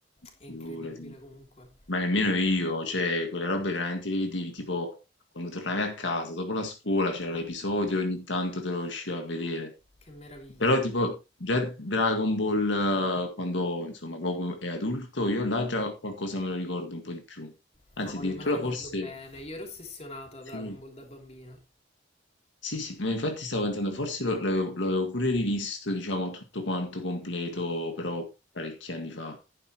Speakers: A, on the left (about 35°); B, on the left (about 70°).
A: è
B: figurati.
A: incredibile comunque.
B: Ma nemmeno io, cioè, quelle robe veramente le vedevi, tipo, quando tornavi a casa, dopo la scuola c'era
A: Esatto.
B: l'episodio, ogni tanto te lo riuscivo a vedere.
A: Che meraviglia.
B: Però, tipo, già Dragon Ball, eh, quando, insomma, proprio è adulto, io là già qualcosa me lo ricordo un po' di più. Anzi,
A: No,
B: addirittura
A: io me lo ricordo
B: forse...
A: bene, io ero ossessionata a
B: Sì,
A: Dragon Ball da bambina.
B: sì, sì, ma infatti stavo pensando, forse lo- l'avevo l'avevo pure rivisto, diciamo, tutto quanto completo, però parecchi anni fa.